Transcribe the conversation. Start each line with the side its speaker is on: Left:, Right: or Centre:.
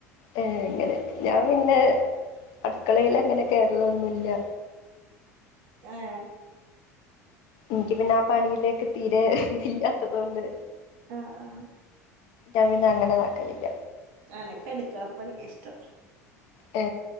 Left: ഏ അങ്ങനെ ഞാൻ പിന്നെ അടുക്കളേൽ അങ്ങനെ കേറലൊന്നുല്ല
Right: ഏഹ്
Left: ഇൻക്ക് പിന്നെ ആ പണിയിലേക്ക് തീരെ ഇതില്ലാത്തത് കൊണ്ട്
Right: ആഹ് ആഹ്
Left: ഞാൻ പിന്നെ അങ്ങനെതാക്കലില്ല
Right: അനക്ക് അടുക്കളപ്പണിയാ ഇഷ്ടം
Left: ഏ